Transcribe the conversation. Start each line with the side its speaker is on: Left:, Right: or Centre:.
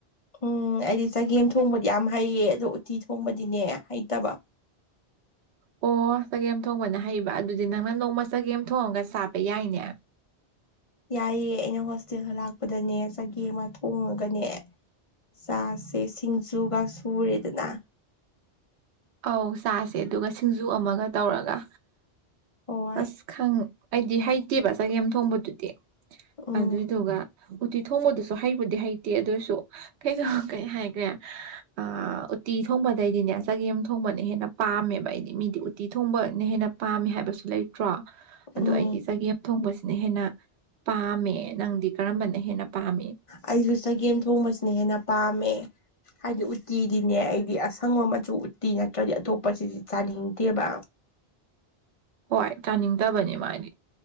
Left: ꯎꯝ ꯑꯩꯗꯤ ꯆꯒꯦꯝ ꯊꯣꯡꯕꯗꯤ ꯌꯥꯝ ꯍꯩꯌꯦ ꯑꯗꯣ ꯎꯇꯤ ꯊꯣꯡꯕꯗꯤꯅꯦ ꯍꯩꯇꯕ
Right: ꯑꯣ ꯆꯒꯦꯝ ꯊꯣꯡꯕꯅ ꯍꯩꯕ ꯑꯗꯨꯗꯤ ꯅꯪꯅ ꯅꯣꯡꯃ ꯆꯒꯦꯝ ꯊꯣꯡꯉꯒ ꯆꯥꯕ ꯌꯥꯏꯅꯦ
Left: ꯌꯥꯏꯌꯦ ꯑꯩꯅ ꯍꯣꯁꯇꯦꯜꯗ ꯂꯥꯛꯄꯗꯅꯦ ꯆꯒꯦꯝꯒ ꯊꯣꯡꯉꯒꯅꯦ ꯆꯥꯁꯦ ꯁꯤꯡꯖꯨꯒ ꯁꯨꯔꯦꯗꯅ
Right: ꯑꯧ ꯆꯥꯁꯦ ꯑꯗꯨꯒ ꯁꯤꯡꯖꯨ ꯑꯃꯒ ꯇꯧꯔꯒ
Left: ꯍꯣꯏ
Right: ꯑꯁ ꯈꯪ ꯑꯩꯗꯤ ꯍꯩꯇꯦꯕ ꯆꯒꯦꯝ ꯊꯣꯡꯕꯗꯨꯗꯤ
Left: ꯎꯝ
Right: ꯑꯗꯨꯏꯗꯨꯒ ꯎꯇꯤ ꯊꯣꯡꯕꯗꯨꯁꯨ ꯍꯩꯕꯨꯗꯤ ꯍꯩꯇꯦ ꯑꯗꯨ ꯑꯣꯏꯁꯨ ꯀꯩꯗꯣ ꯀꯩ ꯍꯥꯏꯈ꯭ꯔꯦ ꯑ ꯎꯇꯤ ꯊꯣꯡꯕꯗꯩꯗꯤꯅꯦ ꯆꯒꯦꯝ ꯊꯣꯡꯕ ꯊꯣꯡꯕꯅ ꯍꯦꯟꯅ ꯄꯥꯝꯃꯦꯕ ꯑꯩꯗꯤ ꯃꯤꯗꯤ ꯎꯇꯤ ꯊꯣꯡꯕꯅ ꯍꯦꯟꯅ ꯄꯥꯝꯃꯦ ꯍꯥꯏꯕꯁꯨ ꯂꯩ ꯇꯔꯣ
Left: ꯎꯝ
Right: ꯑꯗꯣ ꯑꯩꯗꯤ ꯆꯒꯦꯝ ꯑꯃ ꯊꯣꯡꯕꯁꯤꯅ ꯍꯦꯟꯅ ꯄꯥꯝꯃꯦ ꯅꯪꯗꯤ ꯀꯔꯝꯕꯅ ꯍꯦꯟꯅ ꯄꯥꯝꯃꯤ
Left: ꯑꯩꯁꯨ ꯆꯒꯦꯝ ꯊꯣꯡꯕꯁꯤꯅ ꯍꯦꯟꯅ ꯄꯥꯝꯃꯦ ꯍꯥꯏꯗꯤ ꯎꯠꯇꯤꯗꯤꯅꯦ ꯑꯩꯗꯤ ꯑꯁꯪꯕ ꯃꯆꯨ ꯎꯇꯤ ꯅꯠꯇ꯭ꯔꯗꯤ ꯑꯇꯣꯞꯄ ꯁꯤꯗꯤ ꯆꯥꯅꯤꯡꯗꯦꯕ
Right: ꯍꯣꯏ ꯆꯥꯅꯤꯡꯗꯕꯅꯤ ꯃꯥꯗꯤ